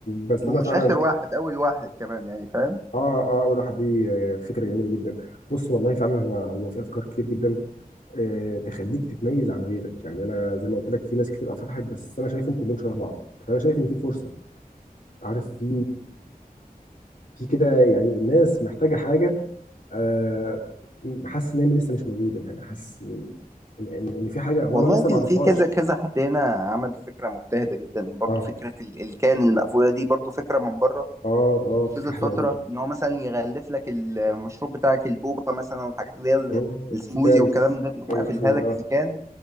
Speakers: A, on the left; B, on the right.
A: بس
B: ومش
A: انا فعلا
B: اخر واحد اول واحد كمان يعني فاهم
A: اه اه اول واحد دي فكره جميله جدا بص والله فعلا هو هو في افكار كتير جدا آه، تخليك تتميز عن غيرك يعني انا زي ما قلت لك في ناس كتير أه فتحت بس انا شايفهم كلهم شبه بعض فانا شايف ان في فرصه عارف في في كده يعني الناس محتاجه حاجه آه، حاسس ان هي لسه مش موجوده يعني حاسس ان ان إن في حاجه هو
B: والله
A: انا لسه
B: في
A: ما اعرفهاش
B: في كذا كذا حد هنا عمل فكره مجتهده جدا برضو
A: اه
B: فكره ال- الكان المقفوله دي برضو فكره من بره
A: اه
B: واتنفذت
A: اه فكره حلوه
B: فتره
A: والله
B: ان هو مثلا يغلف لك المشروب بتاعك البوبا مثلا والحاجات اللي هي ال-
A: مم،
B: السموزي
A: كان
B: والكلام ده بيقوم
A: كان
B: قافلها
A: مقفول
B: لك
A: اه
B: في كان